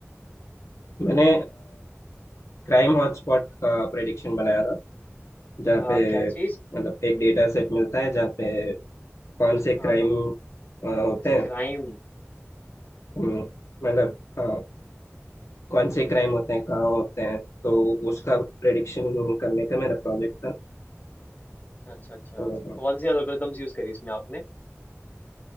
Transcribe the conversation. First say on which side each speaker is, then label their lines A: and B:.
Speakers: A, on the left (about 70°); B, on the left (about 35°).
A: मैंने क्राइम हॉटस्पॉट का प्रेडिक्शन बनाया था जहाँ
B: अ,
A: पे
B: क्या चीज
A: मतलब एक डेटा सेट मिलता है जहाँ पे कौन से क्राइम
B: हाँ हाँ
A: होते
B: अच्छा
A: हैं
B: क्राइम
A: हम्म, मतलब हाँ कौन से क्राइम होते हैं कहाँ होते हैं तो उसका प्रेडिक्शन करने का मेरा प्रोजेक्ट था
B: अच्छा अच्छा अच्छा
A: तो हाँ
B: कौन सी एल्गोरिथम्स यूज करी इसमें आपने